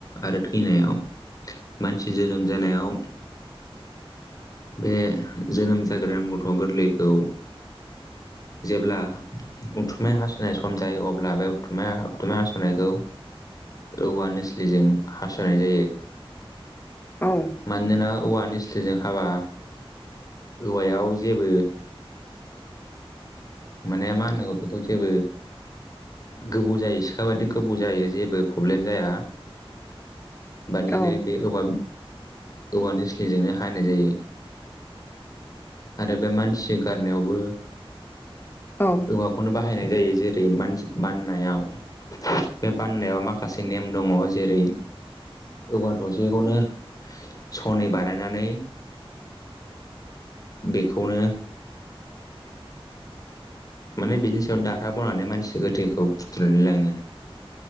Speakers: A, on the left; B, on the left.
A: आरो थैनायाव मानसि जोनोम जानायाव बे जोनोम जागोदान गथ' गोरलैखौ जेब्ला उथुमाय हास'नाय सम जायो अब्ला बे उथुमाय उथुमाय हास'नायखौ औवा निस्लिजों हास'नाय जायो
B: औ
A: मानोना औवानि निस्लिजों हाबा औवायाव जेबो माने मा होननांगौ बेखौ जेबो गोबौ जायो सिखा बादि गोबौ जायो जेबो प्रब्लेम जाया बादिनो
B: औ
A: बे औवा औवा निस्लिजोंनो हानाय जायो आरो बे मानसि गारनायावबो
B: औ
A: औवाखौनो बाहायनाय जायो जेरै मानसि बाननायाव बे बान्नायाव माखासे नेम दङ जेरै औवा थसेखौनो सनै बानायनानै बेखौनो माने बिनि सायाव दाह्रा बनानै मानसि गोथैखौ फुथुनो लोङो